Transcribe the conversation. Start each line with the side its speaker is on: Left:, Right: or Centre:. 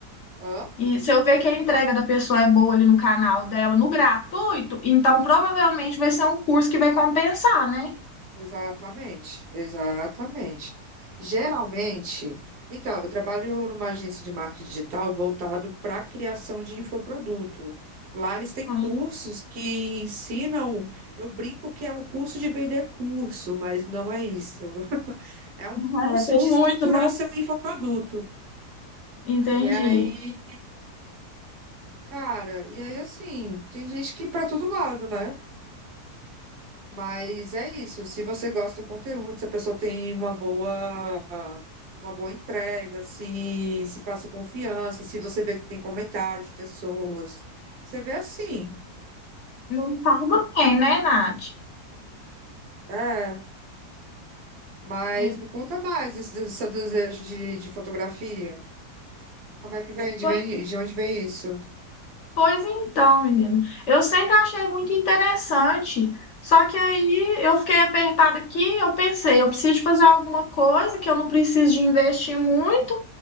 Right: Hã?
Left: e se eu ver que a entrega da pessoa é boa ali no canal dela, no gratuito, então provavelmente vai ser um curso que vai compensar, né?
Right: Exatamente, exatamente. Geralmente, então, eu trabalho numa agência de marketing digital voltado para a criação de infoproduto. Lá eles têm
Left: Ai,
Right: cursos que ensinam, eu brinco que é um curso de vender curso, mas não é isso. <laughs> É um
Left: <laughs>
Right: curso
Left: É, tem
Right: de
Left: muito,
Right: estruturar
Left: né?
Right: seu infoproduto.
Left: Entendi.
Right: E aí, cara, e aí assim, tem gente que ir para todo lado, né? Mas é isso. Se você gosta do conteúdo, se a pessoa tem uma boa, uma boa entrega, se, se passa confiança, se você vê que tem comentários de pessoas, você vê assim.
Left: Não pago bem, né, Nath?
Right: É. Mas
Left: Tem.
Right: me conta mais desse, desse seu desejo de, de fotografia. Como é que vem? De,
Left: Pois
Right: vem- de onde vem isso?
Left: Pois então, menina. Eu sempre achei muito interessante. Só que aí eu fiquei apertada aqui, eu pensei, eu preciso de fazer alguma coisa que eu não preciso de investir muito,